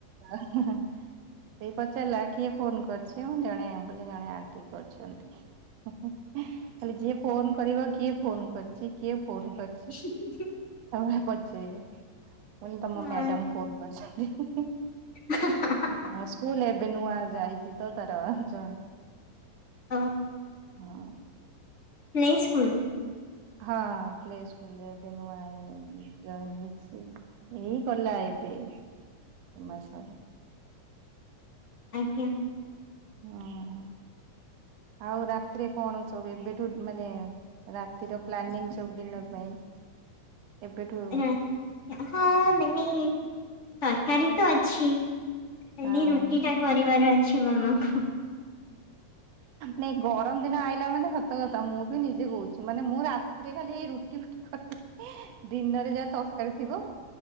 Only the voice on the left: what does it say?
ହୁଁ ହୁଁ ହୁଁ।
ହଁ
ହାଁ ହାଁ ହାଁ।
ଓ
Play school.
ଆଜ୍ଞା।
ରା- ହଁ ମାନେ ତରକାରୀ ତ ଅଛି ଖାଲି
ରୁଟି ଟା କରିବାର ଅଛି ମାମାଙ୍କୁ।